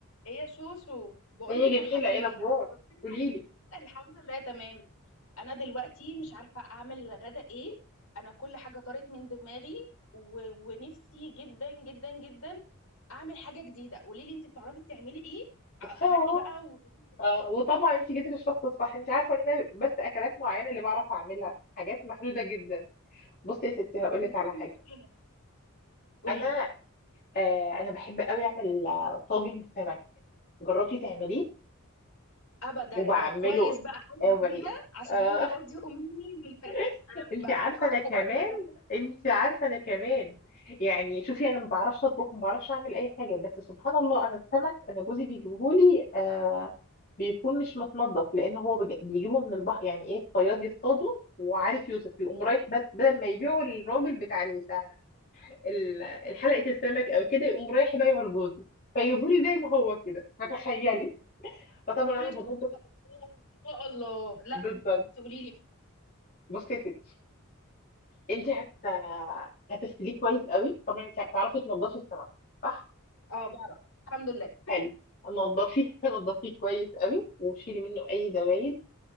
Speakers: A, on the left; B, on the left.
A: ايه يا شوشو بقول
B: هي
A: لك
B: جميلة
A: الحقيني
B: ايه الأخبار
A: بقى بصي الحقيني
B: قوليلي
A: الحمد لله تمام انا دلوقتي مش عارفه اعمل غدا ايه انا كل حاجه طارت من دماغي و... ونفسي جدا جدا جدا اعمل حاجه جديده قولي لي انت بتعرفي تعملي ايه أ-
B: اه
A: انقي بقى وقولي لي
B: آه، وطبعا انت جيتي للشخص الصح انت عارفة ان أنا بس اكلات معينة اللي بعرف اعملها حاجات محدودة جدا بصي يا ستي
A: ما
B: هقولك
A: عنديش
B: على حاجة
A: مشكله قولي
B: انا
A: لي
B: آه انا بحب قوي اعمل آه، طاجن سمك جربتي تعمليه
A: ابدا
B: وبعمله
A: ده كويس بقى حاجه
B: قوي
A: جديده عشان
B: اه
A: هم خلاص زهقوا مني للفراخ
B: <laughs>
A: انا ب...
B: انت عارفه
A: هيقاكوا
B: انا كمان
A: بعد كده
B: انت عارفه انا كمان يعني شوفي انا ما بعرفش اطبخ ما بعرفش اعمل اي حاجه بس سبحان الله انا السمك انا جوزي بيجيبهولي آه بيكون مش متنضف لان هو بج- بيجيبه من البحر يعني ايه الصياد يصطاده وعارف يوسف يقوم رايح
A: <laughs>
B: بد- بدل ما يبيعه للراجل بتاع ال- ال- الحلقه السمك او كده يقوم رايح يبيعه لجوزي فيجيبهولي زي ما هو كده فتخيلي فطبعا
A: فريش
B: انا بنضف
A: بقى ان شاء الله لا
B: بالظبط
A: تقولي لي بقى
B: بصي يا ستي انت هت هتغسليه كويس قوي طبعا انت هتعرفي تنضفي السمك صح
A: اه بعرف الحمد لله
B: حلو نضفيه <laughs> نضفيه كويس قوي وشيلي منه اي زبايل